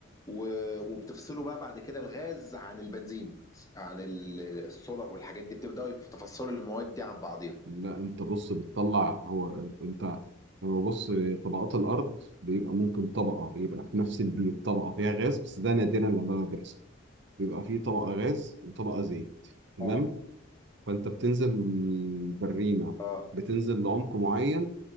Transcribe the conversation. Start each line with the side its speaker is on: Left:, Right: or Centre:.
Left: و... وبتفصلوا بقى بعد كده الغاز عن البنزين عن ال- السولار والحاجات دي بتبداوا تفصلوا المواد دي عن بعضيها
Right: لا أنت بص بتطلع هو أنت هو بص طبقات الأرض بيبقى ممكن طبقة يبقى في نفس البيت طبقة فيها غاز بس ده نادرا لما بيحصل بيبقى فيه طبقة غاز وطبقة زيت تمام
Left: اه
Right: فانت بتنزل بالريمه
Left: اه
Right: بتنزل لعمق معين